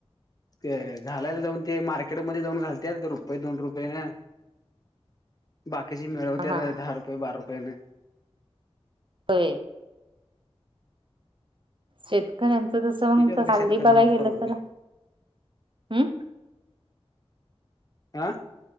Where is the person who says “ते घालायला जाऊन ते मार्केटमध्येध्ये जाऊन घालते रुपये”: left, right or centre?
Left